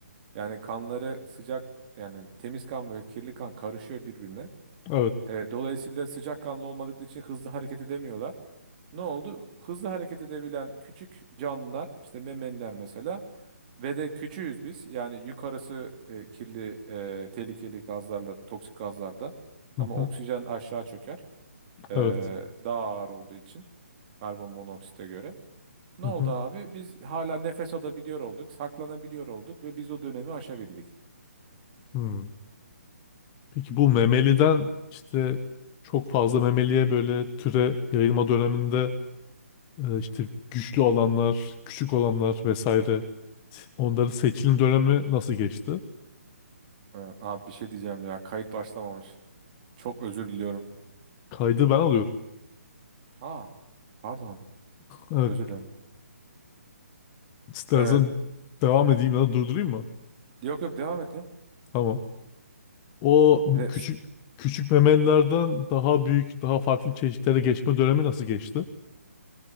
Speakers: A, on the right; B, on the left.
A: Yani kanları sıcak yani temiz kan ve kirli kan karışıyor birbirine.
B: evet.
A: E, dolayısıyla sıcakkanlı olmadıkları için hızlı hareket edemiyorlar. Ne oldu? Hızlı hareket edebilen küçük canlılar işte memeliler mesela ve de küçüğüz biz. Yani yukarısı e, kirli e, tehlikeli gazlarla toksik gazlarda
B: Hı,
A: ama
B: hı,
A: oksijen aşağı çöker. E,
B: evet.
A: daha ağır olduğu için karbon monoksite göre. Ne
B: Hı,
A: oldu
B: hı,
A: abi? Biz hala nefes alabiliyor olduk, saklanabiliyor olduk ve biz o dönemi aşabildik.
B: hı. Peki bu memeliden işte çok fazla memeliye böyle türe yayılma döneminde e, işte güçlü olanlar, küçük olanlar vesaire. Onların seçilim dönemi nasıl geçti?
A: Ha, abi bir şey diyeceğim ya. Kayıt başlamamış. Çok özür diliyorum.
B: Kaydı ben alıyorum.
A: Aa, pardon.
B: Evet,
A: Özür dilerim.
B: istersen
A: Ee,
B: devam edeyim ya da durdurayım mı?
A: yok yok devam et ya.
B: Tamam. O
A: Ee,
B: küçük
A: s-
B: küçük memelilerden
A: Hı.
B: daha büyük, daha farklı çeşitlere geçme dönemi nasıl geçti?